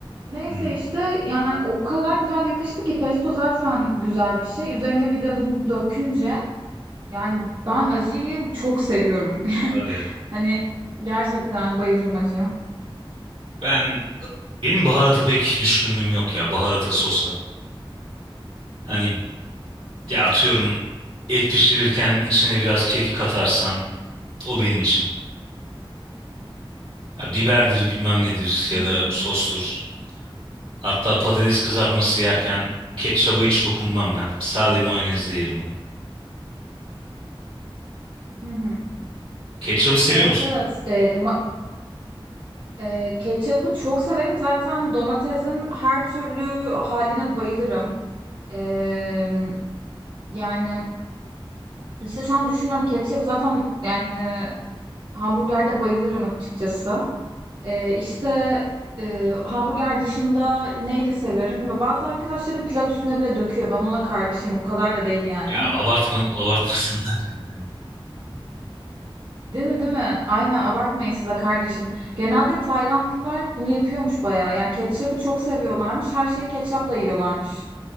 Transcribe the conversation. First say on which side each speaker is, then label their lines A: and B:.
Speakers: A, on the right (about 55°); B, on the right (about 80°).
A: Neyse
B: Hmm.
A: işte yani o kadar güzel yakıştı ki pesto zaten güzel bir şey. Üzerine bir de bunu dökünce yani ben acıyı çok seviyorum. <laughs>
B: Hadi ya.
A: Hani gerçekten bayılırım acıya.
B: Ben benim baharata pek düşkünlüğüm yok ya baharata sosla. Hani Ya atıyorum et pişirirken içine biraz kek katarsam o benim için. Ya biberdir bilmem nedir
A: Hmm.
B: ya da sostur. Hatta patates kızartması yerken ketçaba hiç dokunmam ben. Sade mayonezle yerim onu.
A: Hı hı.
B: Ketçabı seviyor
A: Evet
B: musun?
A: evet. Ee, ma- e, ketçabı çok severim. Zaten domatesin her türlü haline bayılırım. Ee, yani işte şu an düşünüyorum ketçabı zaten yani hamburgerde bayılırım açıkçası. Ee, işte e, hamburger dışında neyle severim? Ve bazı arkadaşlarım pilav üstüne bile döküyor. Ben ona karşıyım. O kadar da değil yani.
B: Ya abartma, abartmasınlar. Yani,
A: Değil mi değil mi? Aynen abartmayın size kardeşim. Genelde Taylandlılar bunu yapıyormuş bayağı. Yani ketçabı çok seviyorlarmış. Her şeyi ketçapla yiyorlarmış.